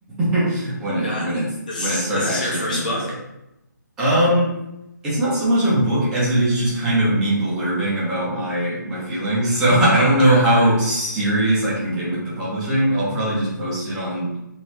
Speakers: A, in the centre; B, on the left.
A: <laughs> when it
B: Got
A: when
B: it.
A: it's
B: Is
A: when I start
B: is
A: actually
B: this your first
A: finishing
B: book?
A: stuff. Um it's not so much a book as it is just kind of me blurbing about my my feelings. So <laughs> I
B: Oh,
A: don't
B: okay,
A: know
B: okay.
A: how serious I can get with the publishing. I'll probably just post it on